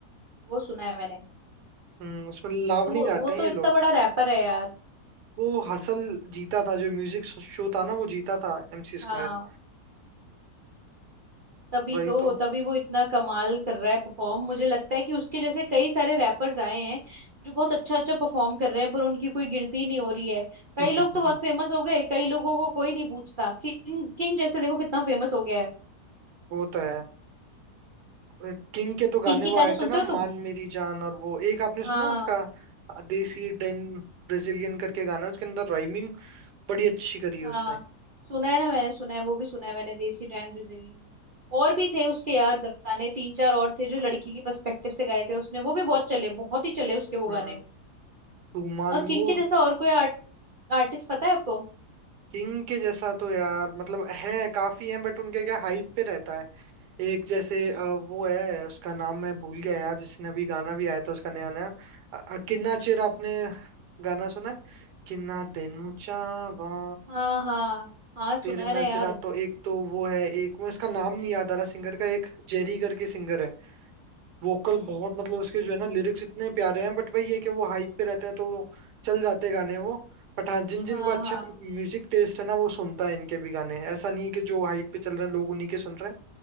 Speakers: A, on the right; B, on the right.
A: वो सुना है मैंने
B: हम्म उसमें लावणी
A: तो वो
B: गाते
A: वो
B: हैं
A: तो
B: ये
A: इतना
B: लोग
A: बड़ा रैपर है यार
B: वो हसल जीता था जो म्यूजिक शो था ना वो जीता था एमसी
A: हाँ
B: स्क्वायर
A: तभी
B: वही
A: तो
B: तो
A: तभी वो इतना कमाल कर रहा है परफॉर्म मुझे लगता है कि उसके जैसे कई सारे रैपर्स आए हैं जो बहुत अच्छा अच्छा परफॉर्म कर रहे हैं पर उनकी कोई गिनती ही नहीं हो रही है कई लोग
B: <laughs>
A: तो बहुत फेमस हो गए कई लोगों को कोई नहीं पूछता किंग किंग जैसे देखो कितना फेमस हो गया है
B: वो तो है किंग के तो गाने
A: किंग के
B: वो आए
A: गाने सुनते
B: थे ना
A: हो
B: मान
A: तुम
B: मेरी जान और वो एक आपने
A: हाँ
B: सुना उसका अ, देसी डेन ब्राजीलियन करके गाना है उसके अंदर राइमिंग बड़ी अच्छी करी है
A: हाँ
B: उसने
A: सुना है ना मैंने सुना है वो भी सुना है मैंने देसी डैन ब्राजीलियन और भी थे उसके यार गाने तीन चार और थे जो लड़की के पर्सपेक्टिव से गाए थे उसने वो भी बहुत चले बहुत ही चले उसके वो
B: हम्म
A: गाने
B: तूमान
A: और किंग
B: वो
A: के जैसा और कोई आर्टिस्ट पता है आपको
B: किंग के जैसा तो यार मतलब है काफी है बट उनके क्या हाइप पे रहता है एक जैसे
A: हम्म
B: अ, वो है उसका नाम मैं भूल गया यार जिसने अभी गाना भी आया था उसका नया नया अ, अ, किन्ना चेर आपने गाना सुना है किन्ना तेनू चावा
A: हाँ हाँ हाँ
B: तेरे
A: सुना है
B: नजरा
A: ना यार
B: तो एक तो वो है एक मैं उसका नाम नहीं याद आ रहा सिंगर का एक जेरी करके सिंगर है वोकल
A: हम्म
B: बहुत मतलब उसके जो है ना लिरिक्स इतने प्यारे हैं बट वही है कि वो हाइप पे रहते हैं तो वो चल जाते गाने वो बट हाँ जिन जिन
A: हाँ
B: को अच्छा
A: हाँ
B: म्यूजिक टेस्ट है ना वो सुनता है इनके भी गाने ऐसा नहीं है कि जो हाइप पे चल रहे हैं लोग उन्हीं के सुन रहे हैं